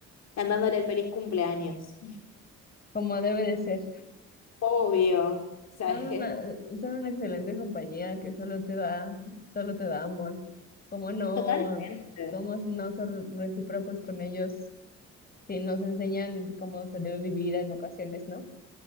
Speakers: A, on the left; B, on the left.
A: cantándole el feliz cumpleaños.
B: Como debe de ser.
A: Obvio. o sea
B: Son
A: es
B: una,
A: que
B: son una excelente compañía que solo te da, solo te da amor. ¿Cómo no?
A: Totalmente.
B: Somos no son recíprocos con ellos. Sí, nos enseñan cómo se debe vivir en ocasiones, ¿no?